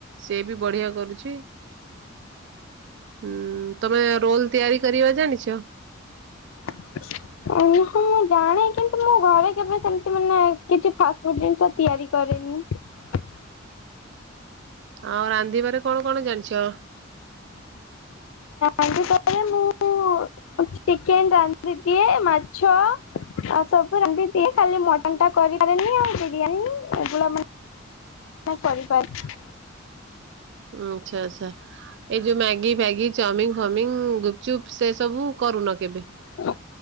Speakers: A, on the right; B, on the left.
A: ସେ ବି ବଢିଆ କରୁଛି। ହୁଁ ତମେ ରୋଲ ତିଆରି କରିବା ଜାଣିଛ?
B: <inaudible> ଉଁ ହଁ ମୁଁ ଜାଣେ କିନ୍ତୁ ମୁ ଘରେ କେବେ ସେମତି ମାନେ କିଛି ଫାଷ୍ଟ ଫୁଡ ଜିନିଷ ତିଆରି କରି ହୁଁ।
A: ଆଉ ରାନ୍ଧିବାରେ କଣ କଣ ଜାଣିଛ?
B: ରାନ୍ଧିବାରେ ମୁଁ ଚିକେନ୍ ରାନ୍ଧି ଦିଏ ମାଛ ଆ ସବୁ ରାନ୍ଧି ଦିଏ ଖାଲି ମଟନ ଟା କରି ପାରେନି ଆଉ ବିରିୟାନୀ <unintelligible> ଆ କରିପାରେ।
A: ଉଁ ଆଚ୍ଛା ଆଚ୍ଛା ଏଇ ଯୋଉ ମ୍ୟାଗି ଫ୍ୟାଗି ଚାଓମିନ ଫାଉମିିନ ଗୁପଚୁପ୍ ସେ ସବୁ କ କରୁନ କେବେ?
B: ହ